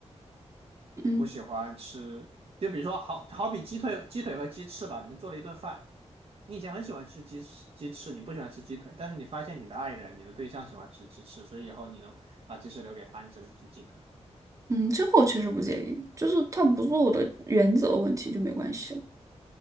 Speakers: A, on the right (about 55°); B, on the right (about 30°).
A: 你不喜欢吃，
B: 嗯
A: 就比如说好好比鸡腿、鸡腿和鸡翅吧，你们做了一顿饭，你以前很喜欢吃鸡翅鸡翅，你不喜欢吃鸡腿，但是你发现你的爱人、你的对象喜欢吃鸡翅，所以以后你就把鸡翅留给他，你只能吃鸡腿。
B: 嗯，这个我确实不介意，就是他不是我的原则问题就没关系啊。